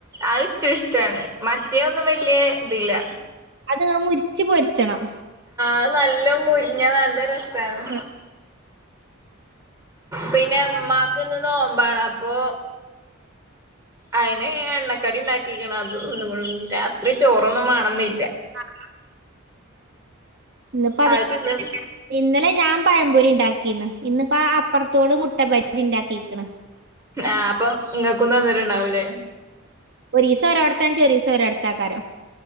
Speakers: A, on the right (about 15°); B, on the right (about 55°).
A: അയ് റ്റ ഇഷ്ട്ടാണ് മറ്റേ ഒന്നും വല്യയതില്ല.
B: ങ്ങ മുരിച്ച് പൊരിച്ചണം
A: അത് നല്ല മുരിഞ്ഞ നല്ല രസാണ്
B: ആ,
A: പിന്നെമ്മാക്ക് ഇന്ന് നോമ്പാണ് അപ്പൊ അയിന് എണ്ണക്കടി ഇണ്ടാക്കിക്ണ് അത് തിന്നുക്കുണു രാത്രി ചോറൊന്നും വേണെന്നി
B: ആ ആ ഇന്ന്പ്പൊ
A: അത്
B: <unintelligible>
A: തിന്നും
B: ഇന്ന് അല്ല ഞാൻ പഴമ്പൊരി ഉണ്ടാക്കിന്ന് ഇന്നിപ്പ അപ്പുറത്തോട് മുട്ടപ്പജി ഇണ്ടാക്കീക്ക്‌ണ്.
A: ആ പ്പൊ ഇങ്ങക്കും തന്നിട്ടുണ്ടാവും ലെ.
B: ഒരീസോ ഓരോട്തച്ചാ ഒരൂസം ഓരോട്തക്കാരം.